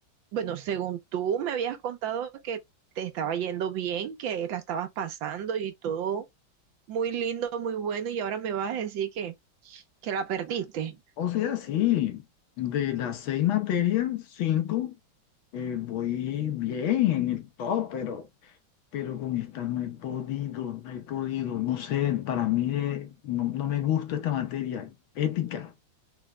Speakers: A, on the right; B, on the left.
A: bueno, según tú me habías contado que te estaba yendo bien, que la estabas pasando y todo muy lindo, muy bueno, y ahora me vas a decir que, que la perdiste.
B: O sea, sí, de las seis materias, cinco, eh, voy bien en el top, pero, pero con esta no he podido, no he podido, no sé, para mí eh, no, no me gusta esta materia, ética,